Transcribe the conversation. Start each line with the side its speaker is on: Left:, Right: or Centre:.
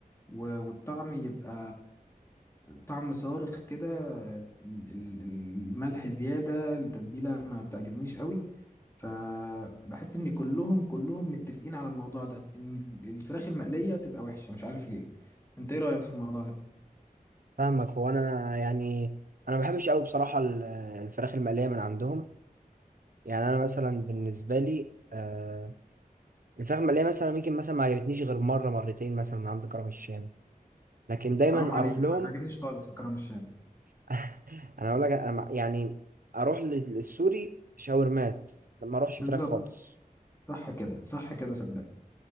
Left: و- والطعم يبقى طعم صارخ كده ال- ال- الملح زيادة التتبيلة ما بتعجبنيش قوي فبحس ان كلهم كلهم متفقين على الموضوع ده ان الفراخ المقلية تبقى وحشة مش عارف ليه انت ايه رأيك في الموضوع ده
Right: فاهمك هو انا يعني انا ما بحبش قوي بصراحه ال- الفراخ المقليه من عندهم يعني انا مثلا بالنسبه لي آه الفراخ المقليه مثلا ممكن مثلا ما عجبتنيش غير مره مرتين مثلا من عند كرم الشام لكن دايما
Left: حرام عليك
Right: اروح
Left: ما
Right: لهم
Left: بيعجبنيش خالص في كرم الشام
Right: <laughs> انا اقول لك انا مع- يعني اروح لل- للسوري شاورمات ما اروحش
Left: بالظبط
Right: فراخ خالص
Left: صح كده صح كده صدق